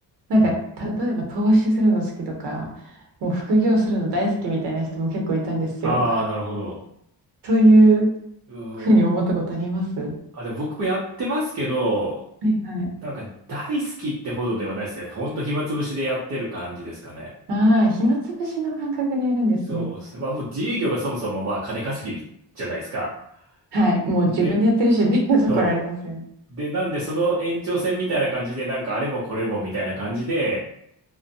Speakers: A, on the right (about 80°); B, on the right (about 40°).
A: なんか、
B: うん。
A: 例えば投資するの好きとか、もう副業するの大好きみたいな人も結構いたんですよ。
B: ああ、なるほど。
A: そういう
B: うーん。
A: ふうに思ったことあります
B: あ、でも僕もやってますけど、
A: はいはい。
B: なんか大好きってほどではないですね。ほんと暇つぶしでやってる感じですかね。
A: ああ、暇つぶしの感覚でやるんですね。
B: そうですね。まあもう自営業がそもそもまあ金稼ぎじゃないですか。
A: はい。もう自分でやってるしっていう
B: で、
A: <laughs> ところありますよね。
B: そう。で、なんでその延長線みたいな感じで、なんかあれもこれもみたいな感じで